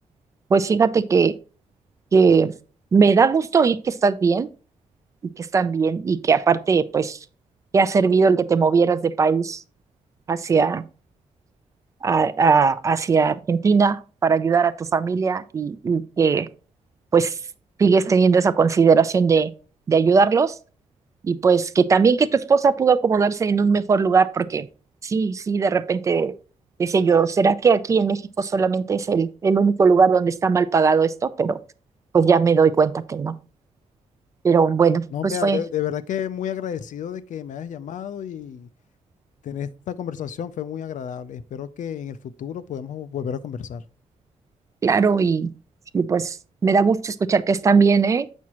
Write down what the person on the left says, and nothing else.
No,
mira,
de, de verdad que muy agradecido de que me hayas llamado y Tener esta conversación fue muy agradable. Espero que en el futuro podamos volver a conversar.